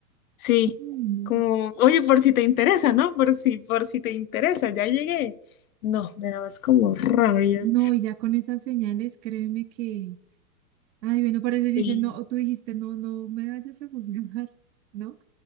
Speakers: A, on the left; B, on the right.
A: Sí,
B: Mm,
A: como, oye, por si te interesa, ¿no? Por si, por si te interesa, ya llegué. No, me dabas como rabia.
B: No, no, y ya con esas señales, créeme que. Ay, bueno, por eso dicen,
A: Sí,
B: no, o tú dijiste, no, no me vayas a juzgar, <laughs> ¿no?